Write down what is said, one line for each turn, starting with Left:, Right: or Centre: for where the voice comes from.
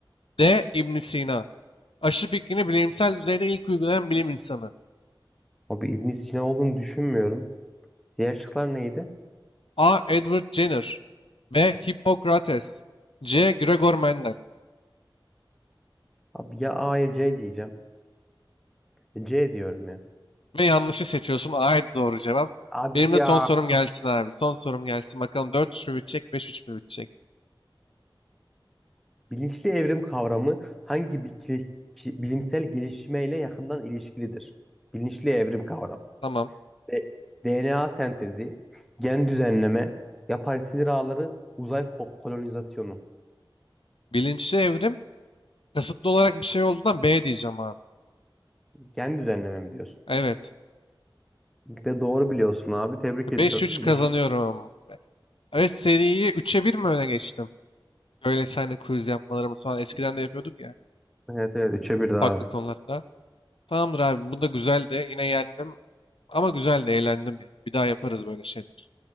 Left: D. İbn Sina. Aşı fikrini bilimsel düzeyde ilk uygulayan bilim insanı.
Centre: Abi İbn Sina olduğunu düşünmüyorum. Diğer şıklar neydi?
Left: A. Edward Jenner B. Hippokrates C. Gregor Mendel
Centre: Abi ya A ya C diyeceğim. E, C diyorum ya.
Left: Ve yanlışı seçiyorsun. A. Doğru cevap.
Centre: Abi
Left: Benim de
Centre: ya.
Left: son sorum gelsin abi. Son sorum gelsin. Bakalım dört üç mü bitecek, beş üç mü bitecek?
Centre: Bilinçli evrim kavramı hangi bikli- ki- bilimsel gelişmeyle yakından ilişkilidir? Bilinçli evrim kavramı.
Left: Tamam.
Centre: De- DNA sentezi, gen düzenleme, yapay sinir ağları, uzay ko- kolonizasyonu.
Left: Bilinçli evrim kasıtlı olarak bir şey olduğundan B diyeceğim abi.
Centre: Gen düzenleme mi diyorsun?
Left: Evet.
Centre: Ve doğru biliyorsun abi. Tebrik ediyorum.
Left: Beş üç kazanıyorum.
Centre: Beş üç.
Left: Evet seriyi üç'e bir mi öne geçtim? Öyle seninle quiz yapmalarımız falan eskiden
Centre: e,
Left: de yapıyorduk ya.
Centre: Evet evet 3'e bir abi.
Left: Farklı konularda. Tamamdır abi. Bu da güzeldi. Yine yendim. Ama güzeldi, eğlendim ya. Bir daha yaparız böyle şeyler.